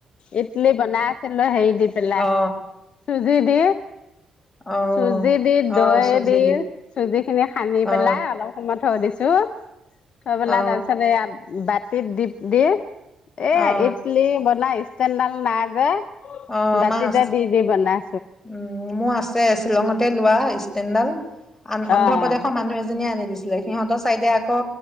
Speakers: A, on the left; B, on the left.
A: ইডলি বনাছিলে হেৰি দি পেলাই,
B: অ
A: চূজি দি
B: অ
A: চুজি দি,
B: অ
A: দৈ
B: চুজি
A: দি, চুজি খিনি সানি
B: অ
A: পেলাই, অলপ সময় থৈ দিছোঁ। তো থৈ পেলাই
B: অ
A: তাৰপিছতে ইয়াত দি দিয়ে এয়া
B: অ
A: ইডলি বনাই তেল ডাল নাইযে।
B: অ
A: বাতিতে
B: মাছ
A: দি দি বনাই
B: উম মোৰ আছে শ্বিলঙতে লোৱা, ষ্টেণ্ডাল। ‌ অন্ধপ্ৰদেশৰ
A: অ',
B: মানুহ এজনীয়ে আনি দিছিলে। সিহঁতৰ চাইডে আকৌ